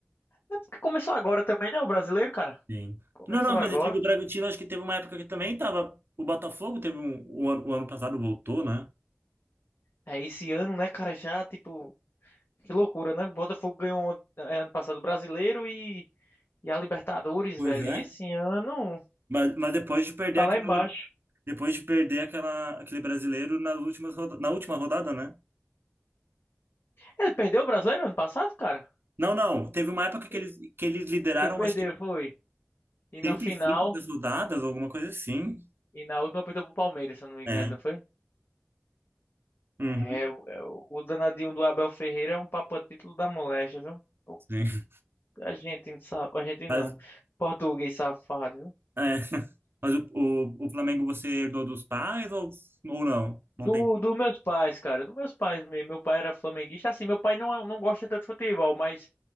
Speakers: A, on the left (about 60°); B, on the right (about 60°).
A: É porque começou agora também, né, o brasileiro, cara?
B: Sim.
A: Começou
B: Não, não,
A: agora.
B: mas eu digo o Bragantino, acho que teve uma época que também tava. O Botafogo teve um. O ano, o ano passado voltou, né?
A: É, esse ano, né, cara, já, tipo, que loucura, né? O Botafogo ganhou on- é, ano passado o Brasileiro e, e a Libertadores,
B: Pois
A: velho.
B: é.
A: E esse ano
B: Mas, mas depois de perder
A: tá
B: aquela,
A: lá embaixo.
B: depois de perder aquela, aquele brasileiro nas últimas, roda- na última rodada, né?
A: Ele perdeu o Brasileiro ano passado, cara?
B: Não, não. Teve uma época que
A: E-
B: eles, que eles lideraram,
A: Que perdeu,
B: acho que
A: foi. E
B: 35
A: na final,
B: das rodadas, alguma coisa assim.
A: e na última perdeu pro Palmeiras, se eu não me engano,
B: É.
A: não foi?
B: Uhum,
A: É, o é, o- o danadinho do Abel Ferreira é um papa título da moléstia, viu? O-
B: sim.
A: A gente não sabe, a gente
B: Mas,
A: não. Português safado, viu?
B: é. <laughs> Mas o, o, o Flamengo você herdou dos pais ou, ou não? Não
A: Do,
B: tem.
A: do meus pais, cara. Dos meus pais mesmo. Meu pai era flamenguista. Assim, meu pai não, não gosta tanto de futebol, mas